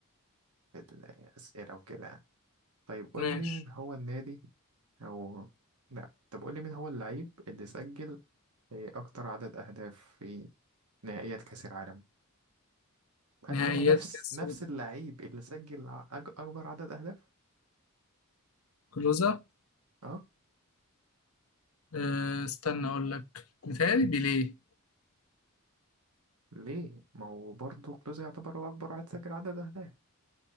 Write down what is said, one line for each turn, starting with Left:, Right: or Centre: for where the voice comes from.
Right: في الأسئلة وكده يعني طيب قول
Left: ماشي
Right: لي مين هو النادي أو لأ طب قول لي مين هو اللعيب اللي سجل أكتر عدد أهداف في نهائيات كأس العالم هل
Left: نهائيات
Right: هو نفس
Left: كأس
Right: نفس اللعيب اللي سجل ع- أج- أكبر عدد أهداف؟
Left: كلوزة
Right: أه
Left: أه استنى أقول لك متهيألي بيليه
Right: ليه؟ ما هو برضه كلوز يعتبر هو أكبر واحد سجل عدد أهداف